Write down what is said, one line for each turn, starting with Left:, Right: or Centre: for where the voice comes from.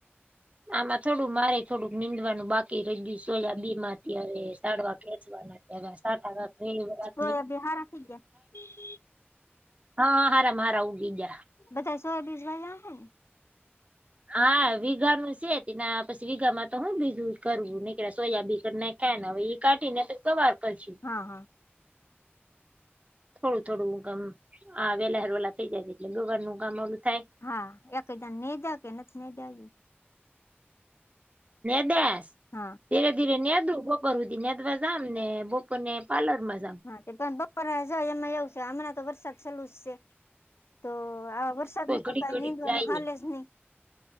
Right: આમાં થોડું મારે થોડુંક નીંદવાનું બાકી રઈ ગયું છે. સોયા બી માંથી હવે સાડવા ખેંચવાના એવા સાથ દાડા થઈ ગયા.
Left: સોયા બેહારા થઈ ગયા.
Right: હા, મારા હારા ઉગી ગયા.
Left: બધાએ સોયા બીજ વાયા હેં.
Right: હા વીઘાનું સે તેના પછી વીઘામાં તો હું બીજું કરવું નઈકરા સોયાબી કર નાઈખા ને હવે ઈ કાઢી ને પહી ગવાર કરશું.
Left: હા, હા.
Right: થોડું થોડું કામ આ વેલા હર વેલા થઇ જાય એટલે ગવાર નું કામ ઓલું થાય.
Left: હા એકએદા નિદા કે નથ નિદા હજી.
Right: દાસ <unintelligible>
Left: હા.
Right: ધીરે ધીરે નેધવું બપોર સુધી નેધવા જામ ને બપો ને પ્લર માં.
Left: હા તે પણ બપોર જ એમાં એવું છે હમણાં તો વરસાદ ચાલુ જ છે. તો આવા વરસાદ
Right: તોય
Left: ન તો
Right: ઘડીક
Left: કઈ
Right: ઘડીક
Left: નિનીંદવાનું
Right: જાઈએ
Left: હલે જ નહી.